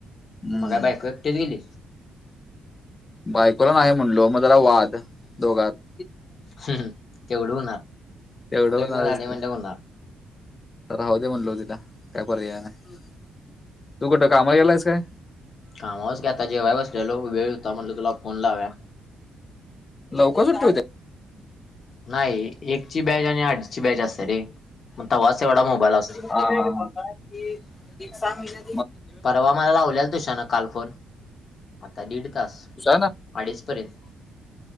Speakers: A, on the left; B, on the left.
A: हम्म
B: म काय बायक एकटेच गेली
A: बायकोला नाही म्हणलो मग जरा वाद दोघांत
B: तेवढ ब उ
A: तेवढं होणारच
B: म्हट
A: की
B: ब
A: राहू दे्या म्हणलो तिला काय परय नाही तू कुठं काम यालास काय
B: कामाच घ्या आता जेव्हाय बसलेो वेळ होता म्हण तुला फोन लाव्या
A: लवकरच
B: नाही एकची बॅच आणि आठची बॅच असते रे मग तेव्हाच एवढा मोबाईल असते
A: होता क एक सहा महिने
B: परवा मला लावलेल तुशान काल फर आता दीड तास
A: तुझा ना
B: अडीचपर्यंत